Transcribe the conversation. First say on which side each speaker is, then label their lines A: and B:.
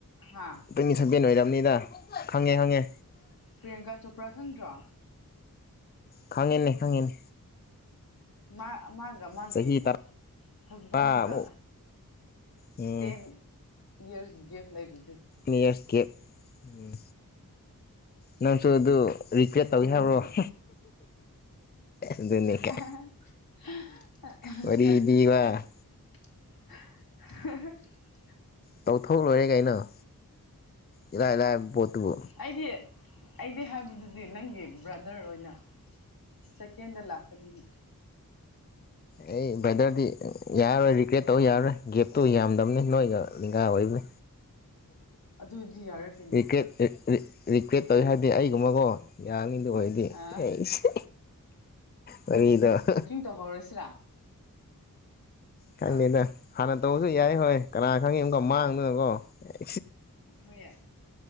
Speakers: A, on the left; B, on the left.
A: ꯍꯥ
B: ꯇ꯭ꯋꯦꯟꯇꯤ ꯁ ꯕꯦꯟ ꯑꯣꯏꯔꯝꯅꯤꯗ ꯈꯪꯉꯦ ꯈꯪꯉꯦ
A: ꯄ꯭ꯔꯤꯌꯥꯡꯀꯥ ꯆꯣꯄ꯭ꯔꯥ ꯈꯪꯗ꯭ꯔꯣ
B: ꯈꯪꯉꯦꯅꯦ ꯈꯪꯉꯦꯅꯦ
A: ꯃꯥ ꯃꯥꯒ ꯃꯥꯒꯤ
B: ꯆꯍꯤ
A: ꯍꯁꯕꯦꯟꯒ
B: ꯇꯔꯥꯃꯨꯛ ꯎꯝ
A: ꯇꯦꯟ ꯌ꯭ꯔꯁ ꯒꯦꯕ ꯂꯩꯔꯤ
B: ꯑꯦꯖ ꯒꯦꯕ ꯎꯝ ꯅꯪꯁꯨ ꯑꯗꯨ ꯔꯤꯀ꯭ꯔꯦꯠ ꯇꯧꯒꯦ
A: ꯑꯗꯨꯅꯦ
B: ꯍꯥꯏꯕ꯭ꯔꯣ <inaudible>
A: <inaudible>
B: ꯑꯗꯨꯅꯦ ꯀꯥꯏ ꯋꯥꯔꯤ ꯂꯤꯕ ꯇꯧꯊꯣꯛ ꯂꯣꯏꯔꯦ‌ ꯀꯩꯅꫭ ꯏꯂꯥꯏꯕ ꯄꯣꯠꯇꯨꯕꯨ
A: ꯑꯩꯗꯤ ꯑꯩꯗꯤ ꯍꯥꯏꯕꯗꯨꯗꯤ ꯅꯪꯒꯤ ꯕ꯭ꯔꯗꯔ ꯑꯣꯏꯅ ꯁꯦꯀꯦꯟꯗ ꯂꯥꯛ ꯀꯅꯤꯅ
B: ꯑꯩ ꯕ꯭ꯔꯗꯔꯗꯤ ꯌꯥꯔꯣꯏ ꯔꯤꯒ꯭ꯔꯦꯠ ꯇꯧ ꯌꯥꯔꯣꯏ ꯒꯦꯞꯇꯨ ꯌꯥꯝ ꯗꯝꯅꯦ ꯅꫭꯏꯒ ꯂꯤꯡꯒꯥ ꯑꯣꯏꯕꯅꯦ
A: ꯑꯗꯨꯗꯤ ꯌꯥꯔꯦ ꯀꯩꯅꯣ
B: ꯔꯤꯀ꯭ꯔꯦꯠ ꯔꯤꯀ꯭ꯔꯦꯠ ꯇꯧꯋꯤ ꯍꯥꯏꯗꯤ ꯑꯩꯒꯨꯝꯕꯀꯣ ꯌꯥꯅꯤ ꯑꯣꯏꯔꯗꯤ
A: ꯑ
B: ꯑꯩꯁ ꯋꯥꯔꯤꯗꫭ <inaudible>
A: ꯕꯨꯛꯀꯤꯡ ꯇꯧꯍꯧꯔꯁꯤꯔꯥ
B: ꯈꯪꯗꯦꯗ
A: ꯍꯥ
B: ꯍꯥꯟꯅ ꯇꯧꯕꯁꯨ ꯌꯥꯏ ꯍꯣꯏ ꯀꯅꯥ ꯈꯪꯅꯤ ꯑꯃꯨꯛꯀ ꯃꯥꯡꯗꯅꯀꯣ ꯑꯦ
A: ꯍꯣꯏ ꯌꯥ